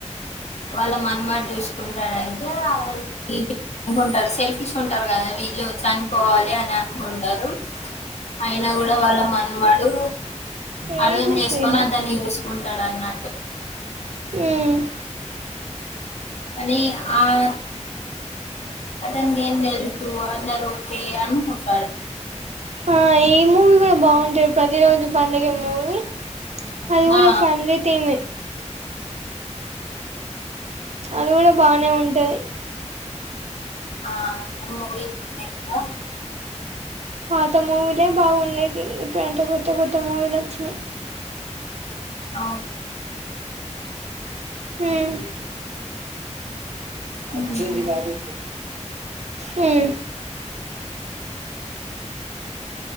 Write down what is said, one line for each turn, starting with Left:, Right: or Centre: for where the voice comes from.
Left: వాళ్ళ మనమడు చూసుకుంటాడంటే <unintelligible> ఉంటారు సెల్ఫిష్ ఉంటారు కదా వీళ్ళు చనిపోవాలి అని అనుకుంటారు అయినా గూడా వాళ్ళ మన్వడు
Right: ఏం
Left: అర్థం
Right: చూసేదిలే
Left: చేసుకొని అందరిని చూసుకుంటాడు అన్నట్టు
Right: ఉమ్
Left: అని ఆ <inaudible> అతనకేం తెలుసు అందరూ ఒకే అనుకుంటారు
Right: ఆ ఈ మూవీ కూడా బాగుండె ప్రతి రోజు పండుగే మూవీ అది
Left: నా
Right: కూడా ఫ్యామిలీ థీమె అది గుడా బానే ఉంటది
Left: ఆ అమ్ము <inaudible> ఇంకా
Right: పాత మూవీలే బాగుండేటివి ఇప్పుడు అంత కొత్త కొత్త మూవీలు వచ్చినాయి
Left: అవును
Right: మ్
Left: ఉమ్,
Right: వచ్చేయండి బాబు హ్మ్